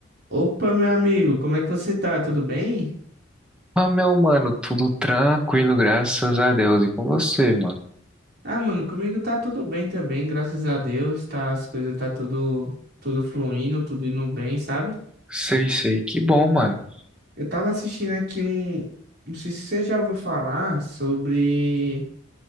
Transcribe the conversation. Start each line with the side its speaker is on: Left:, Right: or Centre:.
Right: Opa, meu amigo, como é que você tá? Tudo bem?
Centre: Ah, meu mano, tudo tranquilo, graças a Deus. E com você, mano?
Right: Ah, mano, comigo tá tudo bem também, graças a Deus, tá, as coisas tá tudo, tudo fluindo, tudo indo bem, sabe?
Centre: Sei, sei, que bom, mano.
Right: Eu tava assistindo aqui um, não sei se você já ouviu falar sobre